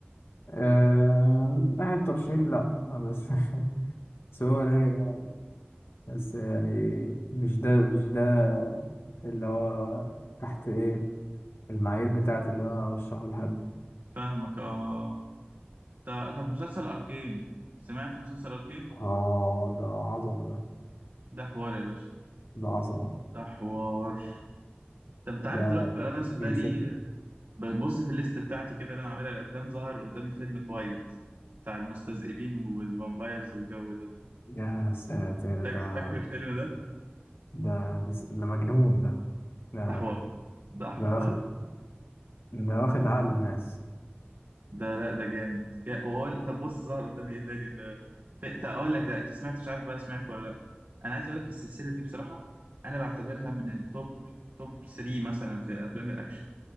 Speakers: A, on the left; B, on the right.
A: آم، ناحية ترشيح لا آه، بس <laughs> بس هو رايق بس يعني مش ده مش ده اللي هو تحت ايه المعايير بتاعت اللي انا ارشحه لحد
B: فاهمك اه تا- طب مسلسل اركين سمعت مسلسل اركين
A: اه ده عظمة ده
B: ده حوار يا باشا
A: ده عظمة
B: ده حوار طب انت عارف
A: ده
B: دلوقتي بقى انا صدقني
A: بيشد
B: ببص في الليست بتاعتي كده اللي انا عاملها الافلام ظهر قدامي فيلم تويلت بتاع المستذئبين والفامبايرز والجو ده
A: يا ساتر
B: فاكر
A: ده
B: فاكر الفيلم ده
A: ده ده مجنون ده ده
B: ده حوار ده حوار
A: ده واخد ده واخد عقل الناس
B: ده لا ده جامد جا- وأقول طب بص ظهر قدامي ايه تاني اللي طب اقول لك ده انت سمعت مش عارف بقى سمعت ولا لا انا عايز اقول لك السلسله دي بصراحه انا بعتبرها من التوب توب 3 مثلا في افلام الاكشن